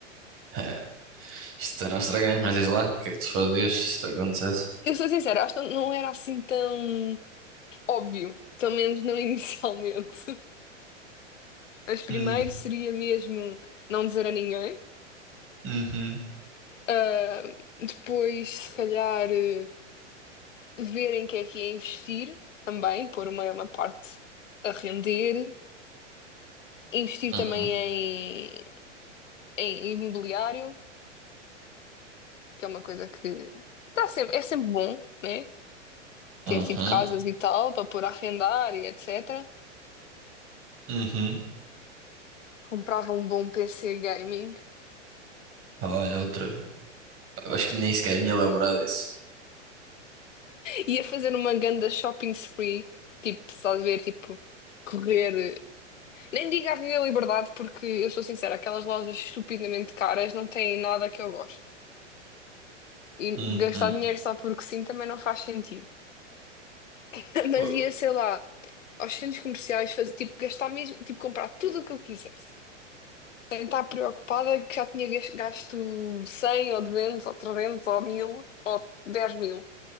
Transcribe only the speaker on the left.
Eu sou sincera, acho que não era assim tão óbvio, pelo menos não <laughs> inicialmente. Mas primeiro
seria mesmo não dizer a ninguém.
Ah, depois, se calhar, eh, ver em que é que é investir também, pôr uma, uma parte a render. Investir
também em, em imobiliário. que é uma coisa que tá sempre, é sempre bom, né?
Ter tipo casas e tal para pôr a arrendar e etc.
Comprava um bom PC gaming,
ia fazer uma ganda shopping spree, tipo, estás a ver, tipo, correr. Nem digo Avenida Liberdade, porque eu sou sincera, aquelas lojas estupidamente caras não têm nada que eu gosto. E
gastar dinheiro só porque sim também não faz sentido. <laughs> Mas
ia, sei lá, aos centros comerciais, fazer, tipo, gastar mesmo, tipo, comprar tudo o que eu quisesse. está preocupada que já tinha gas- gasto 100 ou 200 ou 300 ou 1000 ou dez mil.